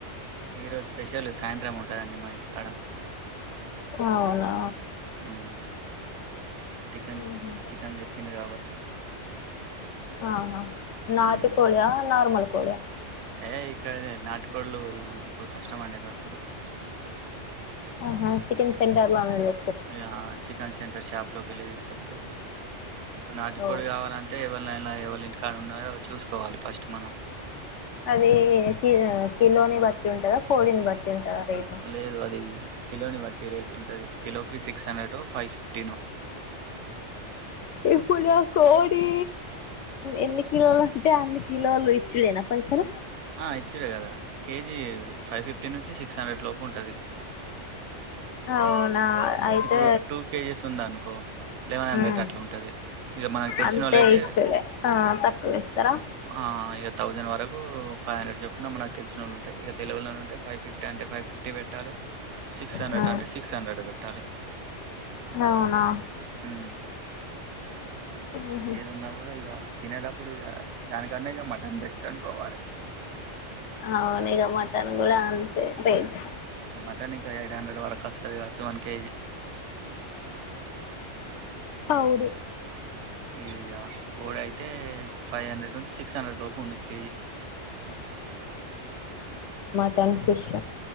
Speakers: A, on the right; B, on the left.
A: ఈ రోజు స్పెషల్ సాయంత్రం ఉంటుందండి మా ఇంటికాడ
B: అవునా
A: మ్మ్ చికెన్
B: ఉహూ
A: చికెన్ తెచ్చిండు కావచ్చు
B: ఆ ఆ నాటి
A: మ్మ్
B: కోడే ఆ నార్మల్ కోడే
A: ఏ ఇక్కడ నాటికోళ్లు ఇప్పుడు కష్టం అండి దొరుకుడు
B: ఆహా చికెన్ సెంటర్ లోనేలె
A: ఇగ చికెన్ సెంటర్ షాప్ లోకి వెళ్ళి తీసుకొచ్చడు ఇప్పుడు నాటికోడి
B: ఓ
A: కావాలంటే ఎవరి నైనా ఎవళ ఇంటికాడ ఉన్నాయో చూసుకోవాలి ఫస్ట్ మనం
B: అదే <unintelligible> కిలోని బట్టి ఉంటదా కోడిని బట్టి ఉంటదా రేటు
A: లేదు అది కిలోని వట్టి రేటు ఉంటది కిలోకి సిక్స్ హండ్రెడ్ ఫైవ్ ఫిఫ్టీన్
B: ఇప్పుడు కోడి ఎన్ని కిలోలు అంటే అన్ని కిలోలు ఇచ్చుడున ప్ప ఎక్కడ
A: ఆ ఇచ్చుడే కదా కేజీ ఫైవ్ ఫిఫ్టీ నుంచి సిక్స్ హండ్రెడ్ లోపు ఉంటుంది
B: అవునా అయితే
A: ఇప్పుడు టూ కేజీస్ ఉందా అనుకో లెవెన్ హండ్రెడ్
B: ఉమ్
A: అట్లా ఉంటది ఇక మనకు తెలిసిన
B: అంతే
A: వాళ్ళుయితే
B: ఇచ్చుడే ఆ తక్కువ ఇస్తారా
A: ఆ ఇక థౌజెండ్ వరకు ఫైవ్ హండ్రెడ్ చెప్పిన మనకు తెలిసిన వాళ్ళ ఉంటా ఇక తెలవని వాళ్ళుంటే ఫైవ్ ఫిఫ్టీఅంటే ఫైవ్ ఫిఫ్టీ పెట్టాలి సిక్స్ హండ్రెడ్
B: ఆ,
A: అంటే సిక్స్ హండ్రెడ్ పెట్టాలి
B: అవునా
A: హ్మ్మ్
B: ఆహా
A: ఏదన్నా కూడా ఇగ కాదు తినేటప్పుడు ఇక దానికన్నా ఇక మటన్ రెస్టారెంట్కోవాలి
B: అవునుఇక మటన్ కూడా అంతే రేట్
A: మటన్ ఇంకా ఎయిట్ హండ్రెడ్ వరకు వస్తది మొత్తం వన్ కేజీ
B: అవుదు
A: ఇదిక కోడి అయితే ఫైవ్ హండ్రెడ్ నుంచి సిక్స్ హండ్రెడ్ లోపు ఉంది కేజీ
B: వన్ ఫిష్